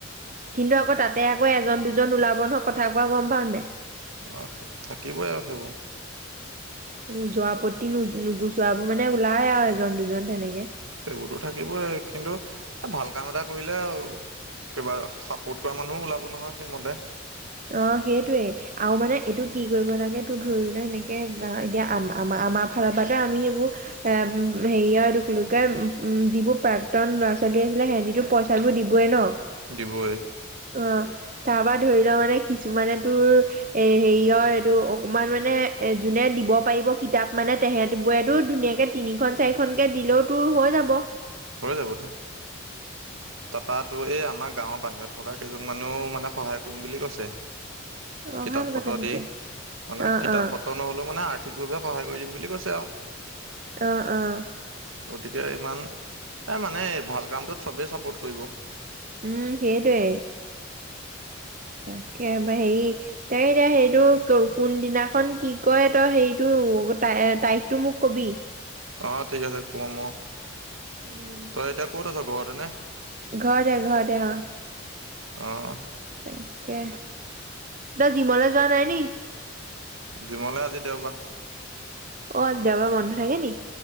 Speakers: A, on the right; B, on the right.
A: কিন্তু আকৌ তাতে আকৌ এজন দুজন ওলাব নহয় কথা কোৱা গম পাও নাই।
B: অ থাকিবই আৰু সেইবোৰ।
A: নো যোৱা প্ৰতি ন নুগুচোৱাবোৰ মানে ওলাই আৰু এজন দুজন তেনেকে
B: সেইবোৰতো থাকিবই কিন্তু ভাল কাম এটা কৰিলে কিবা চাপৰ্ট কৰা মানুহো ওলাব নহয়, সেইমতে
A: অ সেইটোৱেই আৰু মানে এইটো কি কৰিব লাগে তোৰ ধৰি ল সেনেকে এতিয়া আম আমাৰ ফালৰ পৰা আমি সেইবোৰ এ হেৰি হয় লোকে উন যিবোৰ প্ৰাক্তন ল'ৰা ছোৱালী আছিলে সিহঁতি পইচাবোৰ দিবই ন। অৱ।
B: দিবই
A: তাৰপৰা পৰা ধৰি লও মানে কিছুমানে তোৰ এ হেৰিয়ৰ এইটো অকমান মানে এ যোনে দিব পাৰিব কিতাপ মানে তেহেত বোৰেতো ধুনীয়াকে তিনিখন চাৰিখনকে দিলেও তোৰ হৈ যাব।
B: হৈ যাবতো। তপাতো এই আমাক গাঁৱৰ বাহিৰত থকা কেইজন মানেও মানে সহায় কৰিম বুলি কৈছে।
A: অ
B: কিতাপ
A: ভাল কথা
B: পত্ৰ
A: তেতিয়া
B: দি। মানে
A: অ
B: কিতাপ
A: অ
B: পত্ৰ নহ'লেও মানে আৰ্থিকভাৱে সহায় কৰি দিম বুলি কৈছে। াতা <unintelligible>
A: আহ অঁ।
B: গতিকে ইমান এ মানে ভাল কামটোত চবেই চাপোৰ্ট কৰিব।
A: উম সেইটোৱে। তাকে বা হেৰি তাকে এতিয়া সেইটো কোনদিনাখন কি কয় তই সেইটো ত তাৰিখটো মোক কবি।
B: অ ঠিক আছে কম অ।
A: উম
B: তই এতিয়া ক'ত আছ? ঘৰতে নে?
A: ঘৰতে ঘৰতে অ।
B: অহ।
A: তাকে তই জিমলৈ যোৱা নাই নি?
B: জিমলে আজি দেওবা।
A: অ দেও বাৰ বন্ধ থাকে নি?